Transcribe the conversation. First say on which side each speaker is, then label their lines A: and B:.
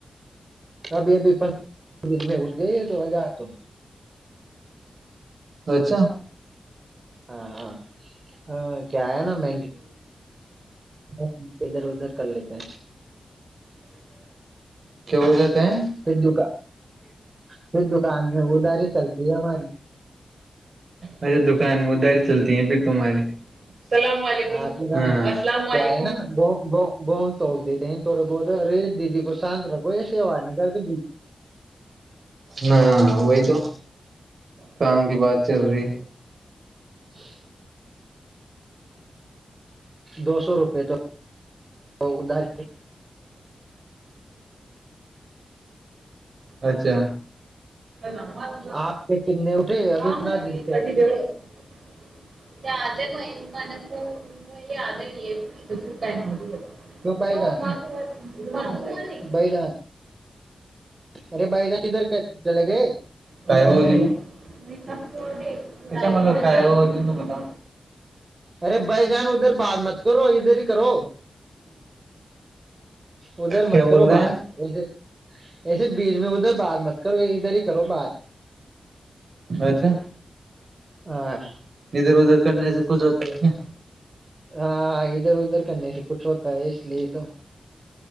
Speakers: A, on the right (about 30°); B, on the right (about 60°).
A: ابھی ابھی پ میں اٹھ گئی تو و گا تو
B: اچھا
A: ہاں ہ کیا ہے نا مڈ ب ادھر ادھر کر لیتے ہیں
B: کیا بول جاتے ہیں
A: پھر دکان پھر دکان میں اداری چلتی ہے ہماری
B: اچھا دکان میں داری چلتی ہیں پھر تمہاری السلام علیکم
A: ہاں آپ کام
B: ہاں السلام
A: کیا
B: علیکم
A: ہے نا گ گ گ توک دیتے ہیں تھوڑے بہت ارے دیدی کو شانت رکھو سیا نہیں کرتے ب
B: نہ وہی تو کام کی بات چل رہی ہے
A: ج دو سو روپے تو تو ادھار
B: اچھا نام آب
A: آپ کے کتنے اٹھے ابھی
B: ہاں
A: پندرہ دن سے
B: ک <unintelligible> زیادہ بئی مان کو <inaudible> <unintelligible> وہ یہ آدر ہی ہے کانا بھیا <unintelligible>
A: کیوں بھائی جان بھائی جان ارے بائی جا کدھر کیا چلا گئے
B: کا ہو جی مل کا ہے ہو د بتا
A: ارے بھائی جان ادھر بد مت کرو ادھر ہی کرو ادھر
B: کیا
A: مت
B: بول
A: کرو
B: رہے
A: بات
B: ہیں
A: وسے ایسے بیچ میں ادھر بعات مت کرو ادھر ہی کرو بات
B: اچھا
A: ہاں
B: ادھر ادھر کرنے سے کچھ ہوتا ہی ہے
A: ہاں ادھر ادھر کرنے سے کچھ ہوتا ہے اس لیے تو